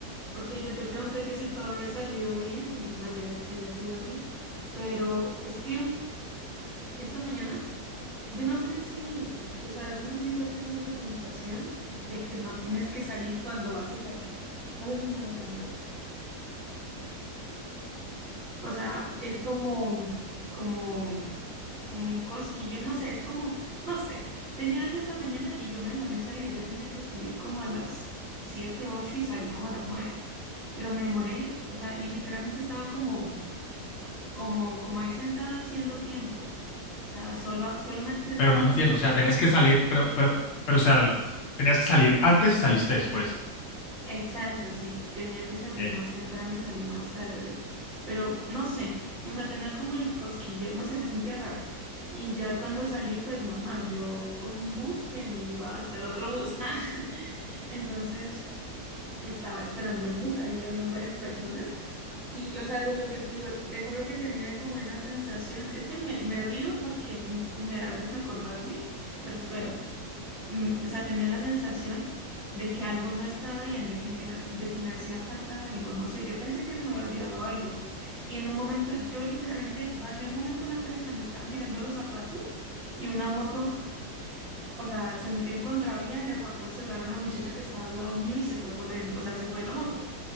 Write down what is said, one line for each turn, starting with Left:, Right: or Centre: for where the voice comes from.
Right: porque yo te pregunté que si todo había salido bien y me alegra que haya sido así, pero es que esta mañana Yo no sé si, o sea, yo no sé si tú has tenido la sensación de que no tienes que salir cuando vas a salir. No sé si me voy a entender. O sea, es como, como, como un cosquillo, no sé, es como, no sé. Tenía algo esta mañana y yo me demoré en salir. Yo tenía que salir como a las 7 8 y salí como a las nueve Pero me demoré, o sea, y literalmente estaba como, como, como ahí sentada haciendo tiempo. O sea, solo, solamente,
Left: Pero no
Right: no
Left: entiendo,
Right: sé.
Left: o sea, tenías que salir, pero, pero, pero, o sea, tenías que salir antes y saliste después.
Right: Exacto, sí, tenía que salir
Left: Ok.
Right: más temprano y salí más tarde, pero no sé, o sea, tenía como el cosquillo, no sé, me sentía rara. Y ya cuando salí, pues normal, yo cojo un bus que me lleva hasta el otro bus. <laughs> Ah, entonces estaba esperando el bus, ahí habían varias personas. Y, o sea, de lo que te digo, te juro que tenía como esa sensación, es que me, me río porque mm, me da risa acordarme, pero es feo mm, o sea, tenía la sensación de que algo no estaba bien, de que me, ha- de que me hacía falta algo, no sé, yo pensé que se me había olvidado algo. Y en un momento, yo literalmente bajé un momento la cabeza, me estaba mirando los zapatos y una moto, o sea, se metió en contravía, le rapó el celular a una muchacha que estaba al lado mío y se fue corriendo, o sea, se fue la moto,